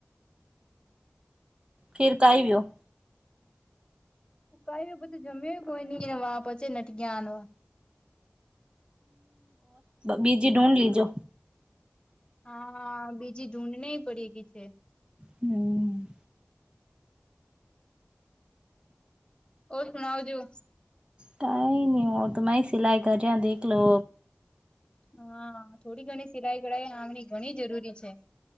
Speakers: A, on the right; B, on the left.
A: ફીર કાઈ વ્યો.
B: કઈ બધું જમ્યો કોઈ નઈ એને વા પચે નટગયાનો.
A: બીજી ઢૂંઢ લીજો.
B: હા બીજી ઢૂંઢ ની પડી ગઈ છે.
A: હમ્મ.
B: ઓર સુણવજો.
A: કઈ નહી હું તું સિલાઈ કર્યા દેખલો.
B: હા થોડી ઘણી સિલાઈ ગળાઈ આમણી ઘણી જરૂરી છે.